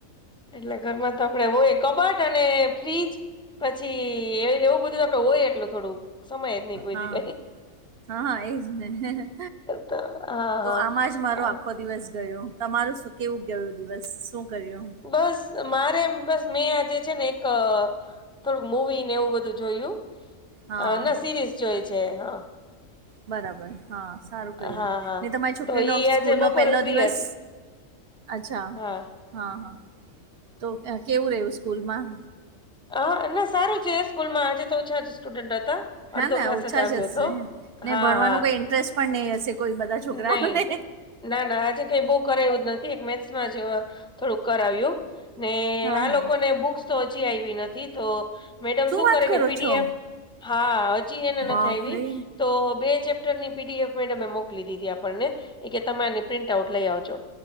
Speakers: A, in the centre; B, on the right (about 55°).
A: એટલે ઘરમાં તો આપડે હોય કબાટ અને ફ્રીજ પછી એ એવું બધું આપડે હોય એટલું થોડું સમય જ નહી કોઈ
B: હા
A: દી કરી
B: હાા એજ ને
A: તો હા
B: તો
A: હા
B: આમાં જ મારો
A: હા
B: આખો દિવસ ગયો તમારું શું કેવું ગયોું દિવસ શું કર્યું
A: બસ મારે બસ મેં આજે છે ને એક થોડુંક મવી ને એવું બધું જોયું
B: હા
A: ના સિરીઝ જોય છે હા
B: બરાબર હા સારું કર્યું
A: હા હા
B: ને તમારી છોકરીનો
A: તો ઈ
B: સ્કૂલ
A: આજે
B: નો
A: બપોરે
B: પેલો
A: ફ્રી
B: દિવસ
A: હતી
B: અચ્છા
A: હા
B: હા હા તો કેવું રહવું સ્કૂલમાં
A: હા ના સારું છે સ્કૂલમાં આજે તો ઓછા જ સ્ટુડન્ટ હતા
B: હે
A: અડધો ક્લાસ
B: ઓછા
A: આવ્યો
B: જ હશે
A: હતો
B: નઈ
A: હા
B: ભણવાનું
A: હા
B: કઈ ઇન્ટરેસ્ટ પણ નહી હશે કોઈ બધા છોકરાઓને
A: નહી ના ના આજે કઈ બહ કરાયું જ નથી એક મેથ્સમાં જ થોડુંક કરાવ્યું ને
B: હા
A: આ
B: હા
A: લોકોને બુક્સ તો હજી આવી નથી તો મેડમ શું
B: વાત
A: કરે
B: કરો
A: કે પીડીએફ
B: છો
A: હા હજી એને
B: બાપરે
A: થાય એવી તો બે ચેપ્ટરની પીડીએફ મેડમે મોકલી દીધી આપણને એ કે તમાને પ્રિન્ટ આઉટ લઈ આવજો